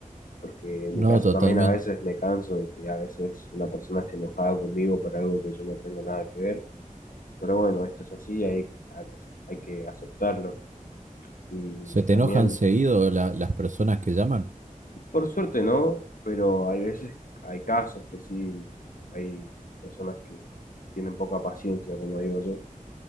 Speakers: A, on the left; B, on the right.
A: Porque en
B: No,
A: mi caso
B: totalmente.
A: también a veces me canso de que a veces una persona esté enojada conmigo por algo que yo no tengo nada que ver. Pero bueno, esto es así, hay, hay que hay que aceptarlo. Y
B: ¿Se te
A: también,
B: enojan seguido la- las personas que llaman?
A: por suerte no, pero hay veces, hay casos que sí, hay personas que tienen poca paciencia, como digo yo.